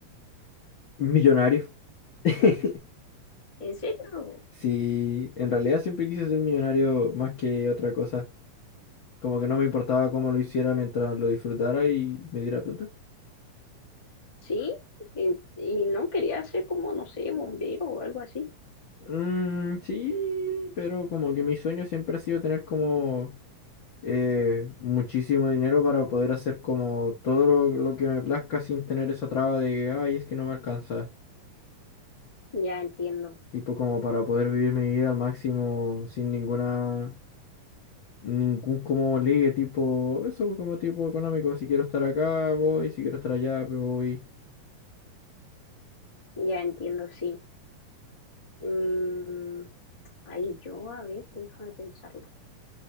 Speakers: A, on the left; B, on the left.
A: Millonario. <laughs>
B: ¿En serio?
A: Sí, en realidad siempre quise ser millonario más que otra cosa. Como que no me importaba cómo lo hiciera mientras lo disfrutara y me diera plata.
B: ¿Sí? Y, y no querías ser como, no sé, bombero o algo así.
A: Mm, sí, pero como que mi sueño siempre ha sido tener como eh, muchísimo dinero para poder hacer como todo lo, lo que me plazca sin tener esa traba de, ay, es que no me alcanza.
B: Ya entiendo.
A: Tipo como para poder vivir mi vida al máximo sin ninguna ningún como ligue tipo, eso como tipo económico, si quiero estar acá voy, si quiero estar allá pues voy,
B: Ya entiendo, sí. Mm, ahí yo, a ver, déjame pensarlo.